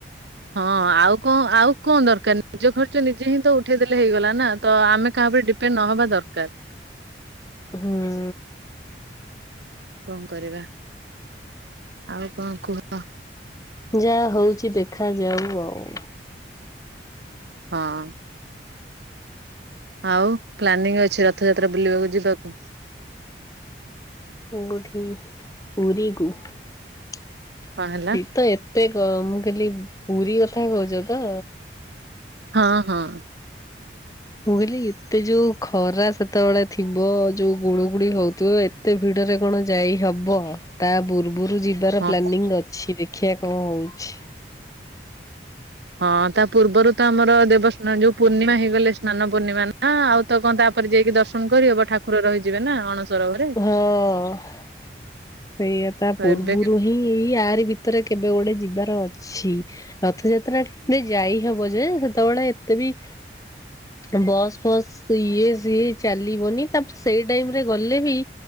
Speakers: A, on the right (about 75°); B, on the left (about 20°).
A: ହଁ ଆଉ କଣ ଆଉ କଣ ଦରକାର ନିଜ ଖର୍ଚ୍ଚ ନିଜେ ହିଁ ତ ଉଠେଇଦଲେ ହେଇଗଲା ନା ତ ଆମେ କାହା ଉପରେ ଡି ବେ ନ ହେବା ଦରକାର।
B: ହଁ।
A: କଣ କରିବା। ଆଉ କଣ କୁହ?
B: ଯାହା ହଉଛି ଦେଖାଯାଉ ଆଉ।
A: ହଁ। ଆଉ ପ୍ଲାନିଂ ଅଛି ରଥଯାତ୍ରା ବୁଲିବାକୁ ଯିବାକୁ?
B: ଉଗୁଠି ପୁରିକୁ ଏଇ
A: କଣ ହେଲା
B: ତ ଏ ତେ ଗ ମୁଁ କହିଲି ପୁରୀ କଥା କହୁଛ ତ।
A: ହଁ ହଁ।
B: ମୁଁ କହିଲି ଏତେ ଯୋଉ ଖରା ସେତେବେଳେ ଥିବ ଯୋଉ ଗୁଡୁ ଗୁଡି ହୋଉଥିବ ଏ ଏତେ ଭିଡରେ କଣ ଯାଇ ହବ। ତା ପୂର୍ବରୁ ଯିବାର
A: ହଁ
B: ପ୍ଲାନିଂ ଅଛି ଦେଖିବା କଣ ହଉଛି।
A: ହଁ ତା ପୂର୍ବରୁ ତ ଆମର ଦେବ ସ୍ନା ଯୋଉ ପୂର୍ଣ୍ଣିମା ହେଇଗଲେ ସ୍ନାନ ପୂର୍ଣିମା ନା ହଁ ଆଉ ତ କଣ ତାପରେ ଯାଇକି ଦର୍ଶନ କରିହବ ଠାକୁର ରହିଯିବେ ନା ଅଣସରଘରେ।
B: ହଁ। ସେଇଆ ତା
A: ତ
B: ପୂର୍ବରୁ
A: ଏବେ
B: ହିଁ ଏଇ ଆରିି ଭିତରେ କେବେ ଗୋଟେ ଯିବାର ଅଛି। ରଥଯାତ୍ରା ଠିକରେ ଯାଇ ହବ ଯେ ସେତେବେଳେ ଏତେ ବି ବସ୍ ଫସ୍ ଇଏ ସିଏ ଚାଲିବନି ତାପ ସେଇ ଟାଇମରେ ଗଲେ ବି